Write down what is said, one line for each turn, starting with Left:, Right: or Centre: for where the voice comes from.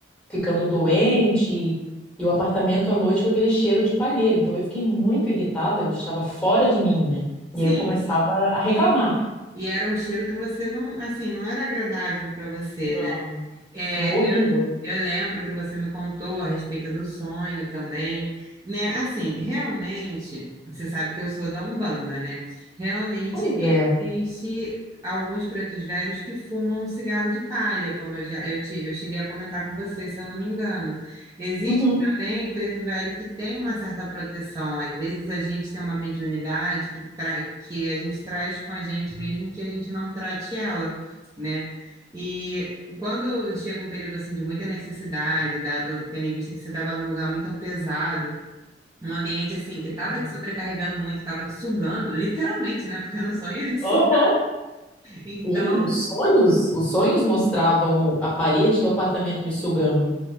Centre: ficando doente e o apartamento à noite com aquele cheiro de palheiro. Então eu fiquei muito irritada, eu estava fora de mim, né?
Right: Sim,
Centre: E aí eu começava a reclamar.
Right: e, e era um cheiro que você não, assim, não era agradável para você,
Centre: Não,
Right: né? É,
Centre: não, horrível.
Right: eu, eu lembro que você me contou a respeito do sonho também, né? Assim, realmente, você sabe que eu sou da Umbanda, né? Realmente
Centre: Pois é.
Right: existe alguns pretos velhos que fumam um cigarro de palha, como eu já eu, te, eu cheguei a comentar com você, se eu não me engano. Existe
Centre: Uhum.
Right: também preto velho que tem uma certa proteção. Às vezes a gente tem uma mediunidade que, tra, que a gente traz com a gente, mesmo que a gente não trate ela, né? E quando chega um período assim de muita necessidade, dado tendo em vista que você estava num lugar muito pesado, um ambiente assim que estava
Centre: Uhum.
Right: te sobrecarregando muito, estava te sugando, literalmente, né? Porque no sonho ele te suga.
Centre: Aham.
Right: Então,
Centre: Sim, os sonhos, os sonhos mostravam a parede do apartamento me sugando.